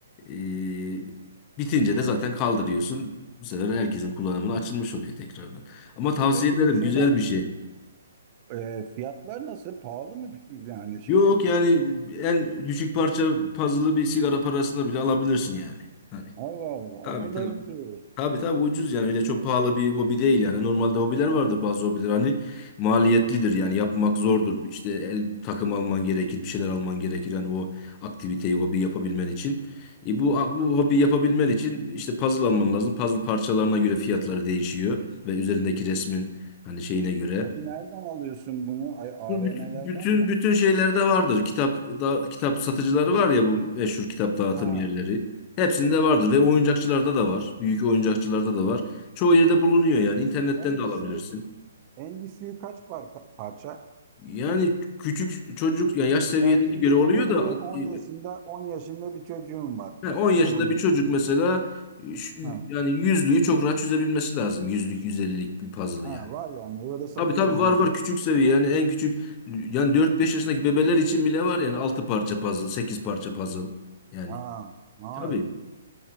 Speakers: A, on the left; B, on the right.
A: Ee, bitince de zaten kaldırıyorsun bu sefer herkesin kullanımına açılmış oluyor tekrardan ama tavsiye
B: Peki
A: ederim
B: bu şeyler
A: güzel bir şey.
B: Ee, fiyatlar nasıl? Pahalı mı yani şey?
A: Yok yani en düşük parça puzzle'ı bir sigara parasına bile alabilirsin yani. Hani
B: Allah Allah
A: tabii
B: o kadar
A: tabii.
B: ucuz.
A: Tabii tabii ucuz yani öyle çok pahalı bir hobi değil yani. Normalde hobiler vardır bazı hobiler hani maliyetlidir yani yapmak zordur. İşte el takım alman gerekir, bir şeyler alman gerekir hani o aktiviteyi, hobi yapabilmen için. E bu bu hobi yapabilmen için işte puzzle alman lazım. Puzzle parçalarına göre fiyatları değişiyor ve üzerindeki resmin hani şeyine göre.
B: Peki nereden alıyorsun bunu? Ay, AVM'lerden
A: Bu büt- bütün
B: mi?
A: bütün şeylerde vardır. Kitap da kitap satıcıları var ya bu meşhur kitap dağıtım
B: Ha,
A: yerleri. Hepsinde vardır ve oyuncakçılarda da var. Büyük oyuncakçılarda da var. Çoğu yerde bulunuyor yani internetten
B: en
A: de alabilirsin.
B: düşüğü, en düşüğü kaç parka, parça?
A: Yani küçük çocuk yani yaş seviyesine
B: Ya şimdi
A: göre oluyor
B: bu- benim
A: da
B: bir 10
A: e,
B: yaşında 10 yaşında bir çocuğum var.
A: ha, 10
B: Oğlum
A: yaşında bir çocuk
B: var.
A: mesela e, şu-
B: Ha,
A: yani yüzlüğü çok rahat çözebilmesi lazım. Yüzlük, yüz ellilik bir puzzle
B: ha,
A: yani.
B: var yani öyle satılıyor
A: Tabii tabii
B: yüzlük.
A: var var küçük seviye yani en küçük yani dört beş yaşındaki bebeler için bile var yani 6 parça puzzle 8 parça puzzle yani
B: Ha, ay,
A: tabii